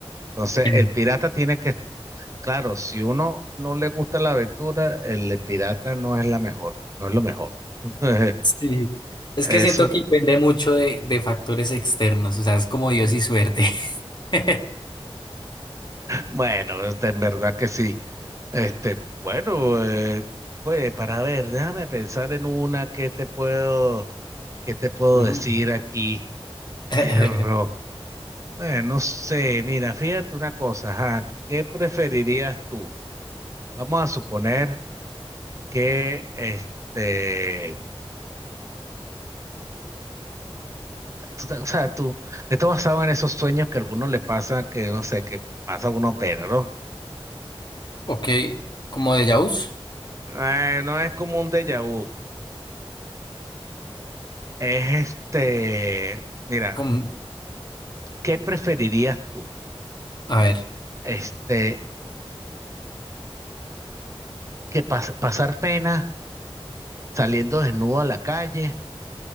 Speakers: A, on the right; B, on the left.
A: Entonces,
B: <laughs>
A: el pirata tiene que, claro, si uno no le gusta la aventura, el pirata no es la mejor, no es lo mejor. <laughs>
B: Sí. Es
A: Eso,
B: que siento que depende mucho de, de factores externos, o sea, es como Dios y suerte. <laughs>
A: bueno, este, en verdad que sí. Este, bueno, eh, oye, para ver, déjame pensar en una que te puedo, que te puedo
B: Mm.
A: decir aquí.
B: <laughs>
A: Perro. Eh, no sé, mira, fíjate una cosa, ajá, ¿qué preferirías tú? Vamos a suponer que, este, tú te- o sea, tú, esto basado en esos sueños que a alguno le pasa, que no sé, que pasa uno pena, ¿no?
B: Ok, como de Jaws.
A: Eh, no es como un déjà vu, es este, mira,
B: Com-
A: ¿qué preferirías tú?
B: a ver,
A: Este, que pas- pasar pena saliendo desnudo a la calle